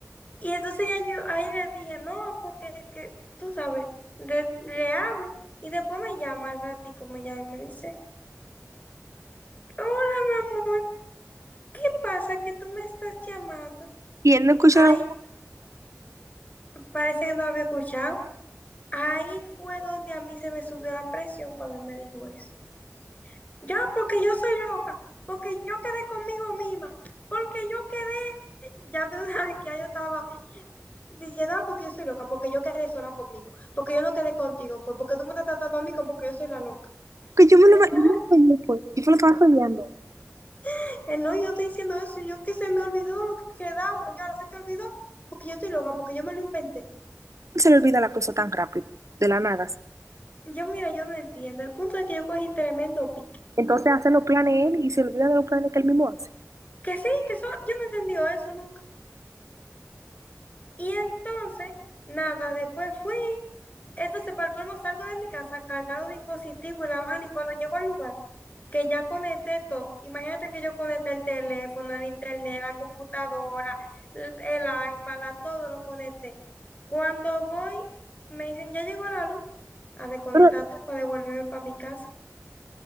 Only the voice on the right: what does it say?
Y él no escuchó
lo
que yo me
lo,
yo me lo imaginé, pues. Yo me lo estaba soñando.
Se le olvida la cosa tan rápido, de la nada, así.
Entonces hace los planes él y se olvida de los planes que él mismo hace.
Pero,